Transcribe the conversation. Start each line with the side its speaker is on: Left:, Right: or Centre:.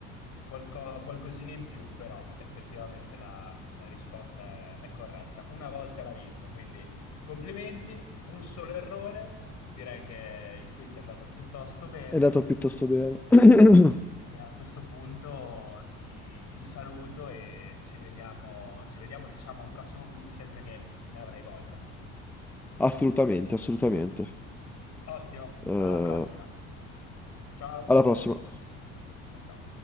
Left: qualco- qualcosina in più, però effettivamente la, la risposta è, è corretta. Una volta l'ha vinta, quindi complimenti, un solo errore. Direi che il quiz è andato piuttosto bene.
Centre: È andato piuttosto bene. <coughs>
Left: E a questo punto ti, ti saluto e ci vediamo, ci vediamo, diciamo, a un prossimo quiz, sempre che ne avrai voglia.
Centre: Assolutamente, assolutamente.
Left: Ottimo,
Centre: Eh,
Left: alla prossima. Ciao.
Centre: alla prossima.
Left: Ciao ciao.